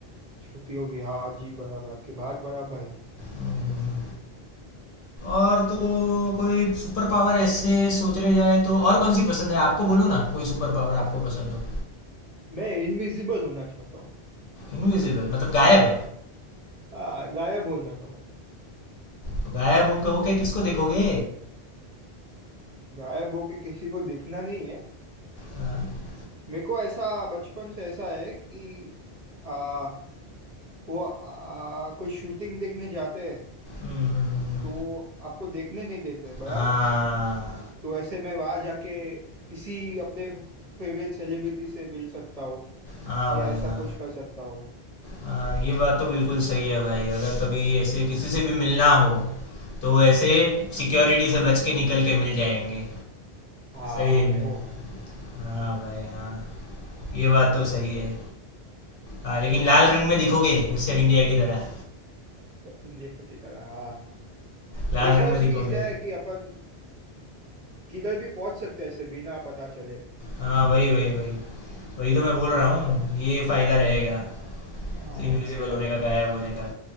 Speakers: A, on the right; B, on the left.
A: छोटी होगी हाँ जी बराबर आपकी बात बराबर है
B: हम्म, और
A: हाँ,
B: तो कोई सुपर पावर ऐसे सोचने जाए तो और कौन सी पसंद है आपको बोलो ना कोई सुपर पावर आपको पसंद हो
A: मैं इनविजिबल होना चाहता हूँ
B: इनविजिबल मतलब गायब
A: हाँ गायब हो जाता हूँ
B: तो गायब हो कहो के किसको देखोगे
A: गायब होके किसी को दिखना नहीं है
B: हाँ
A: मेरे को ऐसा बचपन से ऐसा है कि आ, वो आ, कोई शूटिंग देखने जाते हैं
B: हम्म,
A: तो आपको देखने नहीं देते बराबर
B: हाँ
A: तो ऐसे मैं वहां जाके किसी अपने फेवरेट सेलिब्रिटी से मिल सकता हूँ
B: हाँ
A: या
B: भाई
A: ऐसा
B: हाँ
A: कुछ कर सकता हूँ
B: हाँ ये बात तो बिल्कुल सही है भाई अगर कभी ऐसे किसी से भी मिलना हो तो ऐसे सिक्योरिटी से बच के निकल के मिल जाएंगे
A: हाँ
B: सही में
A: वो है
B: हाँ भाई हाँ ये बात तो सही है हाँ लेकिन लाल रंग में दिखोगे मिस्टर इंडिया की तरह
A: <laughs> इंडिया की तरह हाँ
B: लाल
A: एक
B: रंग
A: और
B: में
A: चीज
B: दिखोगे
A: है कि अपन किधर भी पहुंच सकते हैं ऐसे बिना पता चले
B: हाँ
A: उसमें
B: वही वही वही वही तो मैं बोल रहा हूँ ये फ़ायदा रहेगा
A: हाँ हाँ
B: इनविजिबल
A: ये फायदा
B: होने का
A: है
B: गायब होने का